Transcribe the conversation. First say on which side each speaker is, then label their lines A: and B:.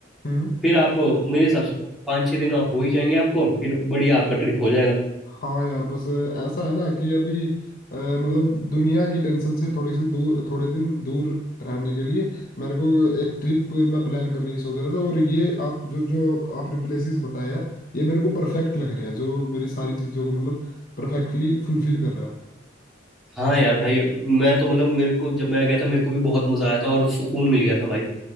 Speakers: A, on the left; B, in the centre.
A: हम्म
B: फिर आप मेरे हिसाब से तो पाँच छः दिन हो ही जाएंगे आपको फिर बढ़िया आपका ट्रिप हो जाएगा
A: हाँ यार बस ऐसा है ना कि अभी अ, मतलब दुनिया की टेंशन से थोड़ी सी दूर थोड़े दिन दूर रहने के लिए मेरे को एक ट्रिप मैं प्लान करने की सोच रहा था और ये आप जो जो आपने प्लेसेस बताया है ये मेरे को परफेक्ट लग रहा है जो मेरी सारी चीज़ों को मतलब परफेक्टली फुलफिल कर रहा है
B: हाँ यार भाई मैं तो मतलब मेरे को जब मैं गया था मेरे को भी बहुत मज़ा आया था और सुकून मिल गया था भाई